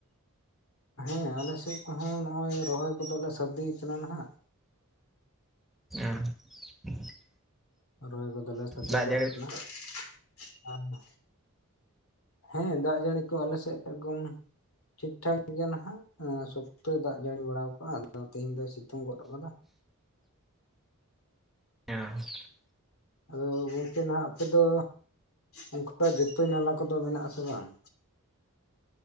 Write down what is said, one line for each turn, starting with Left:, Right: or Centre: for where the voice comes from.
Left: ᱦᱮᱸ ᱟᱞᱮ ᱥᱮᱫ ᱠᱚᱦᱚᱸ ᱱᱚᱜ-ᱚᱭ ᱨᱚᱦᱚᱭ ᱠᱚᱫᱚᱞᱮ ᱥᱟᱨᱫᱤᱭ ᱠᱟᱱᱟ ᱱᱟᱦᱟᱸᱜ᱾
Centre: <unintelligible>
Left: ᱨᱚᱦᱚᱭ ᱠᱚᱫᱚᱞᱮ ᱥᱟᱫᱤ
Centre: ᱫᱟᱜ
Left: ᱜᱚᱫ
Centre: ᱡᱟᱹᱲᱤ
Left: ᱠᱟᱱᱟ ᱦᱮᱸ ᱫᱟᱜ ᱡᱟᱹᱲᱤ ᱠᱚ ᱟᱞᱮ ᱥᱮᱫ ᱮᱠᱫᱚᱢ ᱴᱷᱤᱠᱴᱷᱟᱠ ᱜᱮᱭᱟ ᱱᱟᱦᱟᱸᱜ ᱥᱚᱠᱛᱚᱭ ᱫᱟᱜ ᱡᱟᱹᱲᱤ ᱵᱟᱲᱟᱠᱟᱜ-ᱟ ᱟᱫᱚ ᱛᱮᱦᱤᱧ ᱫᱚᱭ ᱥᱤᱛᱩᱝ ᱜᱚᱫ ᱟᱠᱟᱫᱟ᱾
Centre: <unintelligible>
Left: ᱟᱫᱚ ᱜᱚᱝᱠᱮ ᱱᱟᱦᱟᱸᱜ ᱟᱯᱮ ᱫᱚ ᱚᱱᱠᱟ ᱡᱟᱹᱯᱟᱹᱭ ᱱᱟᱞᱟ ᱠᱚᱫᱚ ᱢᱮᱱᱟᱜ ᱟᱥᱮ ᱵᱟᱝ?